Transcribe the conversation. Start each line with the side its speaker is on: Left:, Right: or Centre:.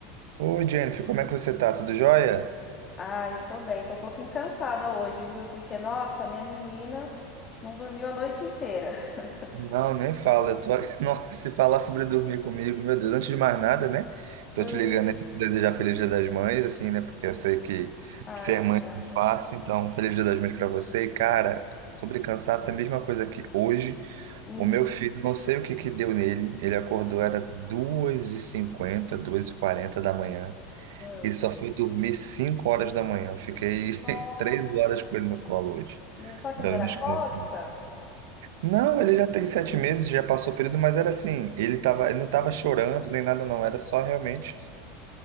Right: Oi, Jennifer, como é que você tá? Tudo jóia?
Left: Ah, eu tô bem. Tô um pouquinho cansada hoje, viu? Porque, nossa, minha menina não dormiu a noite inteira. <laughs>
Right: Não, nem fala. Eu tô... <laughs> Nossa, se falar sobre dormir comigo, meu Deus, antes de mais nada, né? Tô
Left: Hum.
Right: te ligando aí pra te desejar Feliz Dia das Mães, assim, né? Porque eu sei que
Left: Ai,
Right: ser
Left: obrigada.
Right: mãe não é fácil, então Feliz Dia das Mães pra você. E, cara, sobre cansaço, é a mesma coisa que hoje.
Left: Hum,
Right: O meu filho, não sei o que que deu nele, ele acordou, era duas e cinquenta, duas e quarenta da manhã.
Left: hum.
Right: E só foi dormir 5 horas da manhã. Eu fiquei
Left: Nossa,
Right: <laughs> 3 horas com ele no colo hoje,
Left: meu, só que
Right: dando
Left: não era
Right: descanso.
Left: cólica?
Right: Não, ele já tem sete meses, já passou o período, mas era assim, ele tava, ele não estava chorando nem nada não, era só realmente